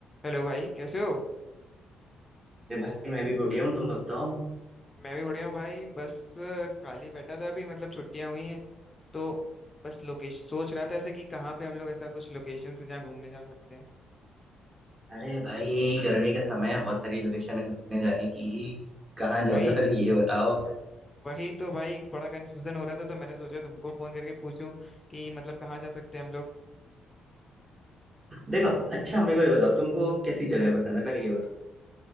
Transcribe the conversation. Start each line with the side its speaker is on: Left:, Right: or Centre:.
Left: हेलो भाई कैसे हो
Right: अरे भाई मैं भी बढ़िया हूँ तुम बताओ
Left: मैं भी बढ़िया हूँ भाई बस अ, खाली बैठा था अभी मतलब छुट्टियां हुई हैं तो बस लोकेशन सोच रहा था ऐसे कि कहाँ पे हम लोग ऐसा कुछ लोकेशन से जहाँ घूमने जा सकते हैं
Right: अरे भाई गर्मी का समय है बहुत सारी लोकेशन है घूमने जाने की कहाँ
Left: वही
Right: जाओगे पहले ये बताओ
Left: वही तो भाई बड़ा कंफ्यूजन हो रहा था तो मैंने सोचा तुमको फोन करके पूछूं कि मतलब कहाँ जा सकते हैं हम लोग
Right: देखो अच्छा मेरे को ये बताओ तुमको कैसी जगह पसंद है पहले ये बताओ